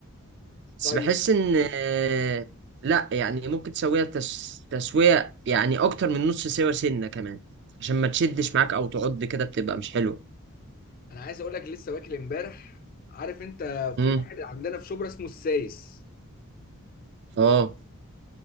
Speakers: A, on the right; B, on the left.
A: بس
B: طيب
A: بحس ان آه، لا يعني ممكن تسويها تس... تسوية يعني اكتر من نص سوا سنة كمان عشان ما تشدش معاك او تعض كده بتبقى مش حلوة
B: انا عايز اقول لك لسه واكل امبارح عارف انت
A: امم
B: في واحد عندنا في شبرا اسمه السايس
A: اه